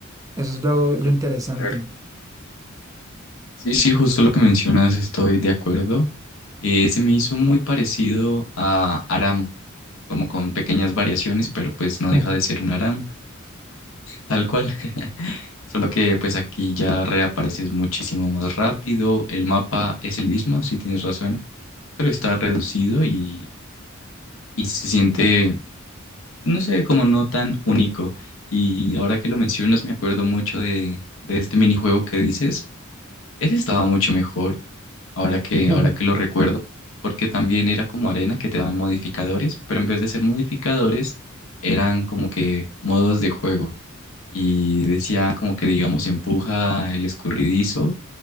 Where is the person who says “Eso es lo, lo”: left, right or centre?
Right